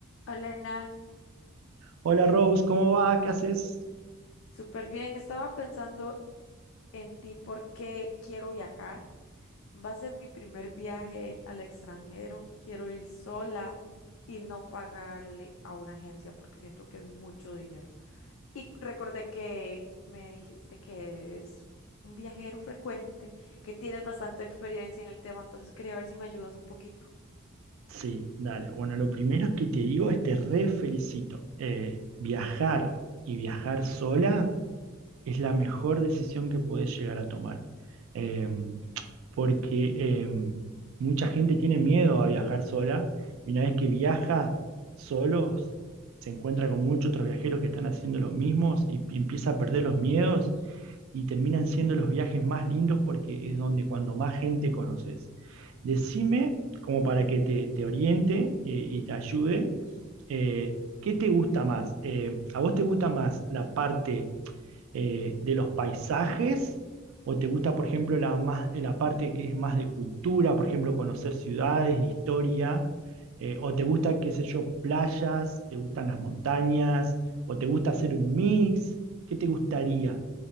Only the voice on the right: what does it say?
Hola Rose, ¿cómo va? ¿Qué haces?
Sí, dale. Bueno, lo primero que te digo es te re felicito. Eh, viajar y viajar sola es la mejor decisión que puedes llegar a tomar. Eh, porque eh, mucha gente tiene miedo a viajar sola y una vez que viaja solos, se encuentra con muchos otros viajeros que están haciendo lo mismo y y empieza a perder los miedos y terminan siendo los viajes más lindos porque es donde cuando más gente conoces. Decime, como para que te, te oriente eh, y te ayude, eh, ¿qué te gusta más? Eh, ¿a vos te gusta más la parte eh, de los paisajes? ¿O te gusta, por ejemplo, la, más, la parte que es más de cultura, por ejemplo, conocer ciudades, historia? Eh, ¿o te gusta, qué sé yo, playas? ¿Te gustan las montañas? ¿O te gusta hacer un mix? ¿Qué te gustaría?